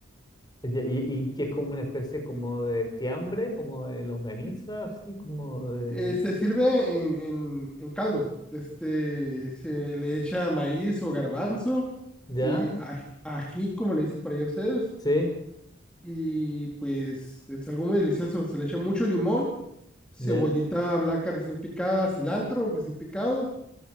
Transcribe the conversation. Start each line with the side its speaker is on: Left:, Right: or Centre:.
Left: Ya, Y, y que es como una especie como de fiambre, como de longaniza, así como de...
Centre: Eh, se sirve en, en, en caldo, este, se le echa maíz o garbanzo
Left: ¿Ya?
Centre: y aj- ají, como le dicen para allá ustedes,
Left: Sí,
Centre: y pues es algo muy delicioso, se le echa mucho limón cebollita
Left: ya.
Centre: blanca recién picada, cilantro recién picado,